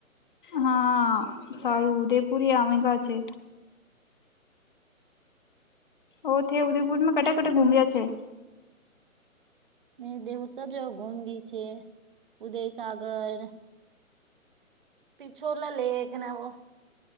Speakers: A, on the left; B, on the right.
A: હા સારું ઉદેપુરી આવેગા છે ઓ થ ઉદયપુરમાં કટા કટ ઘૂમ રહ્યા છે
B: મે દેવ સ જ ઘુમ ગી છે ઉદયસાગર પિછોલા લેક ના વ